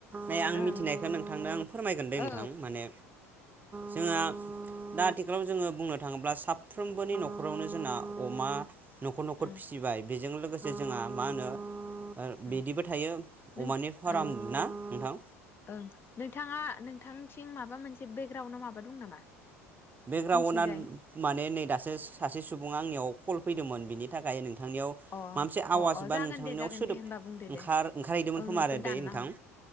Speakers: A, on the right (about 25°); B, on the left (about 30°).
A: नै आं
B: ओं
A: मिथिनायखौ नोंथांनो आं फोरमायगोनदैे नोंथां
B: औ
A: माने जोंहा दा आथिखालाव जोङो बुंनो थाङोब्ला साफ्रोमबोनि न'खरावनो जोंना अमा न'खर न'खर
B: ओं
A: फिसिबाय बेजों लोगोसे जे जोंहा मा होनो
B: ओं
A: बिदिबो थायो
B: नों
A: अमानि फार्म
B: ओं
A: ना नोंथां
B: ओं नोंथाङा नोंथांथिं माबा मोनसे बेकग्राउडआव माबा दं नामा
A: बेकग्राउआ
B: उनथिंजाय
A: माने नै दासो सासे सुबुंआ आंनियाव कल फैदोंमोन बिनि थाखाय नों नोंथांनियाव माबा
B: अ
A: मोनसे आवास
B: अ अ
A: बा
B: जागोन
A: नोंथांनियाव
B: दे जागोन
A: सोदोब
B: दे
A: ओं
B: होमबा बुंदो
A: ओंखार
B: दे
A: ओंखारहैदोंमोन
B: ओं
A: खोमा
B: बेखौ
A: आरो
B: दानना
A: द नोंथां
B: हर